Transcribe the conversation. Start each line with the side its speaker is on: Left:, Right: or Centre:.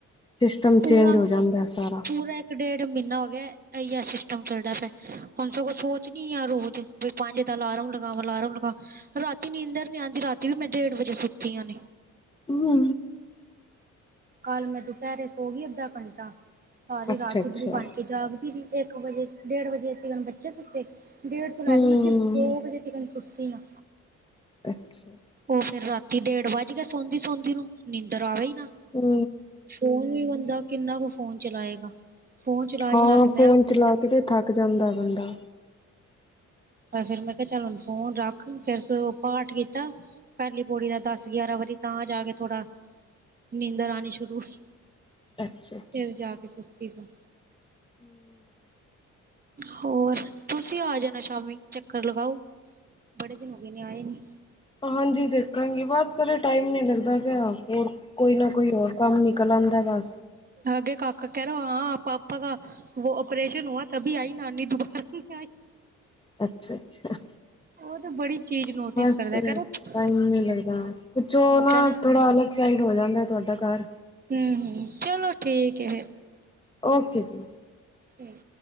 Left: ਸਿਸਟਮ
Right: ਪੂਰਾ
Left: ਚੇਂਜ ਹੋ ਜਾਂਦਾ ਸਾਰਾ।
Right: ਪੂਰਾ ਇੱਕ ਡੇਢ ਮਹੀਨਾ ਹੋ ਗਿਆ ਇਹੀ ਆ ਸਿਸਟਮ ਚੱਲਦਾ ਫਿਰ, ਹੁਣ ਸਗੋ ਸੋਚਨੀ ਆ ਰੋਜ਼- ਵੀ ਪੰਜ ਦਾ ਅਲਾਰਮ ਲਗਾਵਾ ਅਲਾਰਮ ਲਗਾ- ਰਾਤੀ ਨੀਂਦਰ ਨੀ ਆਦੀ ਰਾਤੀ ਵੀ ਮੈਂ ਡੇਢ ਵਜੇ ਸੁੱਤੀ ਆਨੇ।
Left: ਹੂੰ
Right: ਕੱਲ ਮੈਂ ਦੁਪਹਿਰੇ ਸੋ ਗਈ ਅੱਧਾ ਘੰਟਾ। ਸਾਰੀ
Left: ਅੱਛਾ-ਅੱਛਾ।
Right: ਰਾਤੂ ਬਣ ਕੇ ਜਾਗਦੀ ਰਹੀ ਇੱਕ ਵਜੇ ਡੇਢ ਵਜੇ ਤੀਕਰ ਬੱਚੇ ਸੁੱਤੇ- ਡੇਢ ਤੋਂ ਲੈ
Left: ਹੂੰ।
Right: ਕੇ ਮੈਂ ਸਿਰਫ਼ ਦੋ ਵਜੇ ਤੀਕਨ ਸੁੱਤੀ ਆ।
Left: ਅੱਛਾ।
Right: ਉਹ ਫੇਰ ਰਾਤੀ ਡੇਢ ਵੱਜ ਗਿਆ ਸੌਦੀ-ਸੌਦੀ ਨੂੰ ਨੀਂਦਰ ਆਵੇ ਈ ਨਾ।
Left: ਹੂੰ
Right: ਫੋਨ ਵੀ ਬੰਦਾ ਕਿੰਨਾ ਕੁ ਫੋਨ ਚਲਾਏਗਾ। ਫੋਨ ਚਲਾ
Left: ਹਾਂ
Right: ਚਲਾ ਕੇ
Left: ਫੋਨ
Right: ਮੈਂ
Left: ਚਲਾ ਕੇ ਤੇ ਥੱਕ ਜਾਂਦਾ ਬੰਦਾ।
Right: ਫੇਰ ਮੈਂ ਕਿਹਾ ਚੱਲ ਹੁਣ ਫੋਨ ਰੱਖ ਫੇਰ ਸਗੋ ਪਾਠ ਕੀਤਾ। ਪਹਿਲੀ ਪੌੜੀ ਦਾ ਦਸ ਗਿਆਰਾਂ ਵਾਰੀ ਤਾਂ ਜਾ ਕੇ ਥੋੜਾ, ਨੀਂਦਰ ਆਣੀ ਸ਼ੁਰੂ ਹੋਈ।
Left: ਅੱਛਾ‌।
Right: ਫਿਰ ਜਾ ਕੇ ਸੁੱਤੀ ਸਾਂ।
Left: <inaudible>
Right: ਹੋਰ, ਤੁਸੀਂ ਆ ਜਾਣਾ ਸ਼ਾਮੀ, ਚੱਕਰ ਲਗਾਓ। ਬੜੇ ਦਿਨ ਹੋ ਗਏ ਨੇ ਆਏ ਨੀ।
Left: ਹਾਂਜੀ ਦੇਖਾਂਗੀ ਬਸ ਸਾਰੇ ਟਾਈਮ ਨੀ ਲੱਗਦਾ ਪਿਆ। ਹੋਰ ਕੋਈ ਨਾ ਕੋਈ ਹੋਰ ਕੰਮ ਨਿਕਲ ਆਦਾ ਬਸ।
Right: ਅਗੇ ਕਾਕਾ ਕਹਿ ਰੋ ਹਾਂ ਪਾਪਾ ਕਾ- ਵੋ ਓਪਰੇਸ਼ਨ ਹੂਆ ਤਭੀ ਆਈ ਨਾਨੀ ਦੁਬਾਰਾ ਨਹੀਂ ਆਈ।
Left: ਅੱਛਾ-ਅੱਛਾ।
Right: ਉਹ ਤਾਂ ਬੜੀ ਚੀਜ਼ ਨੋਟਿਸ
Left: ਬਸ
Right: ਕਰਦਾ
Left: ਟਾਈਮ
Right: ਕਹਿ ਰਿਹਾ
Left: ਨੀ ਲੱਗਦਾ ਕੁਛ ਉਹ ਨਾ
Right: ਕਹਿ ਰਿਹਾ ਹੂੰ
Left: ਥੋੜਾ ਅਲੱਗ ਇੱਕ ਸਾਈਡ ਹੋ ਜਾਂਦਾ ਤੁਹਾਡਾ ਘਰ।
Right: ਹਮ -ਹਮ। ਚਲੋ ਠੀਕ ਹੈ ਫੇਰ
Left: ਓਕੇ ਜੀ।
Right: ਠੀਕ